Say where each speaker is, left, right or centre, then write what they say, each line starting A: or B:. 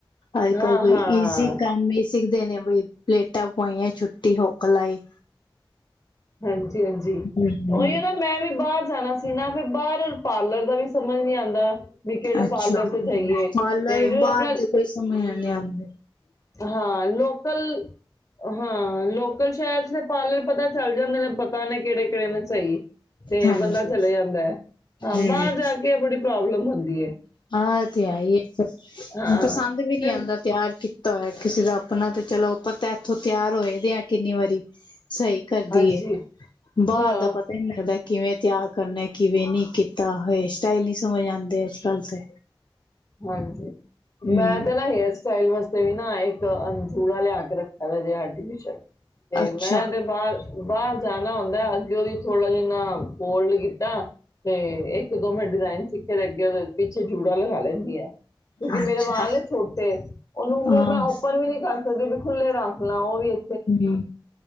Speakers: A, on the left (about 60°); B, on the left (about 40°).
A: ਅੱਜ-
B: ਹਾਂ
A: ਕੱਲ੍ਹ ਕੋਈ
B: ਹਾਂ
A: ਈਜ਼ੀ ਮੰਮੀ ਸਿੱਖਦੇ ਨੇ ਬਈ ਪਲੇਟਾਂ ਪਵਾਈਆਂ ਛੁੱਟੀ ਹੋਕ ਲਾਈ
B: ਹਾਂਜੀ, ਹਾਂਜੀ- ਹਾਂਜੀ,
A: ਹਮ
B: ਉਹੀ ਹੈ ਨਾ ਮੈਂ ਵੀ ਬਾਹਰ ਜਾਣਾ ਸੀ ਨਾ ਫਿਰ ਬਾਹਰ ਪਾਰਲਰ ਦਾ ਵੀ ਸਮਝ ਨੀ ਆਂਦਾ। ਵੀ ਕਿਹੜੇ
A: ਅੱਛਾ,
B: ਪਾਰਲਰ ਤੇ ਜਾਈਏ ਤੇ
A: ਪਾਰਲਰ ਵੀ
B: ਕਿਉਂਕਿ ਆਪਣਾ
A: ਬਾਹਰ ਦੇ ਕੋਈ ਸਮੇਂ ਹੈ ਨ ਆਂਦੇ
B: ਹਾਂ ਲੋਕਲ, ਹਾਂ ਲੋਕਲ ਸ਼ਹਿਰ ਚ ਪਾਰਲਰ ਪਤਾ ਚੱਲ ਜਾਂਦੇ ਨੇ ਪਤਾ ਨੇ ਕਿਹੜੇ ਕਿਹੜੇ ਨੇ ਸਹੀ। ਤੇ
A: ਹਾਂਜੀ
B: ਬੰਦਾ ਚਲੇ ਜਾਂਦਾ ਹੈ ਹਾਂ
A: ਹਮ
B: ਬਾਹਰ ਜਾ ਕੇ ਆਪੜੀ ਪ੍ਰੋਬਲਮ ਹੁੰਦੀ ਹੈ।
A: ਹਾਂ ਤੇ ਆਹ ਈ
B: ਹਾਂ
A: ਪਸੰਦ ਵੀ ਨਹੀਂ
B: ਫਿਰ
A: ਆਂਦਾ ਤਿਆਰ ਕੀ ਤਾਂ ਕਿਸੇ ਦਾ ਆਪਣਾ ਤਾਂ ਚਲੋ ਆਪਾਂ ਤਾਂ ਇੱਥੋਂ ਤਿਆਰ ਹੋਏ ਦੇ ਆ ਕਿੰਨੀ ਵਾਰੀ ਸਹੀ ਕਰਦੀ
B: ਹਾਂਜੀ
A: ਏ ਬਾਹਰ
B: ਹਾਂ
A: ਦਾ ਪਤਾ ਨਹੀਂ ਲੱਗਦਾ ਕਿਵੇਂ ਤਿਆਰ ਕਰਨਾ ਕਿਵੇਂ ਨਹੀਂ ਕੀਤਾ ਹੇਅਰ ਸਟਾਈਲ ਨੀ ਸੀ ਉੱਥੇ ਸਮਝ ਆਂਦੇ ਆ ਅੱਜ ਕੱਲ੍ਹ ਤੇ
B: ਹਾਂਜੀ।
A: ਹਮ
B: ਮੈਂ ਤੇ ਨਾ ਹੇਅਰਸ ਸਟਾਈਲ ਵਾਸਤੇ ਵੀ ਨਾ ਇੱਕ ਅਨ ਜੂੜਾ ਲਿਆ ਕੇ ਰੱਖਿਆ ਜੇ ਆਰਟੀਫੀਸ਼ਲ। ਤੇ
A: ਅੱਛਾ
B: ਮੈਂ ਤੇ ਬਾਹਰ, ਬਾਹਰ ਸਿਆਣਾ ਹੁੰਦਾ ਅੱਗੇ ਉਹਦੀ ਥੋੜ੍ਹਾ ਜਿੰਨਾਂ ਫੋਲਡ ਕੀਤਾ। ਤੇ ਇੱਕ ਦੋਵੇਂ ਡਿਜ਼ਾਇਨ ਸਿੱਖ ਫੇਰ ਅੱਗੇ ਉਹਦੇ ਪਿੱਛੇ ਜੂੜਾ ਲਗਾ ਲੈ। ਗਿਆ। ਕਿਉਂਕਿ ਮੇਰੇ
A: ਅੱਛਾ
B: ਵਾਲ ਨੇ ਛੋਟੇ ਉਹਨੂੰ
A: ਹਾਂ
B: ਮੈਂ
A: ਹਮ
B: <unintelligible> ਓਪਨ ਵੀ ਨੀ ਕਰ ਉਹਦੇ ਵੀ ਖੁੱਲੇ ਰੱਖ ਲਾਂ ਉਹ ਵੀ ਅ
A: ਹਮ,